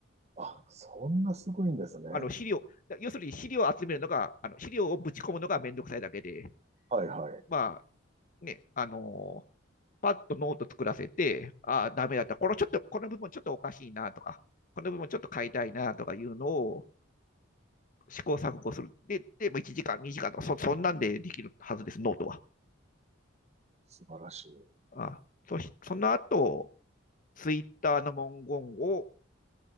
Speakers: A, on the right; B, on the left.
A: あ、そんなすごいんですね。
B: あの資料、要するに資料を集めるのが、あの資料をぶち込むのがめんどくさいだけで、
A: はいはい。
B: まあね、あのーパッとノート作らせて、ああ、ダメだった、このちょっと、この部分ちょっとおかしいなとか、この部分ちょっと変えたいなとかいうのを試行錯誤する。で、でも1時間、2時間とかそ、そんなんでできるはずです、ノートは。
A: 素晴らしい。
B: あそしその後、ツイッターの文言を、